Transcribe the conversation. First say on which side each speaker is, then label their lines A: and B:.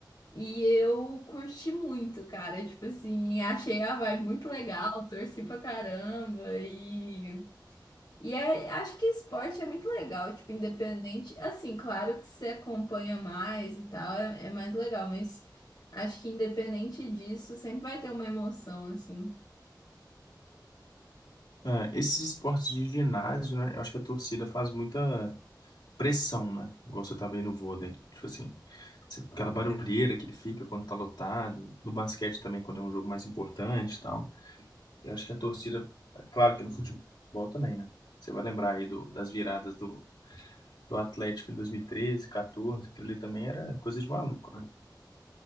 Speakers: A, on the left; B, on the left.
A: E eu curti muito, cara. Tipo assim, achei a vibe muito legal, torci pra caramba. E, e é- acho que esporte é muito legal, tipo, independente. Assim, claro que você acompanha mais e tal, é, é mais legal, mas acho que independente disso, sempre vai ter uma emoção, assim.
B: Ah, esses esportes de ginásio, né? Eu acho que a torcida faz muita pressão, né? Igual você tava aí no vôlei. Tipo assim, você- aquela barulheira que fica quando tá lotado. No basquete também, quando é um jogo mais importante e tal. Eu acho que a torcida, é claro que no futebol também, né? Você vai lembrar aí do, das viradas do, do Atlético em 2013, 14, aquilo ali também era coisa de maluco,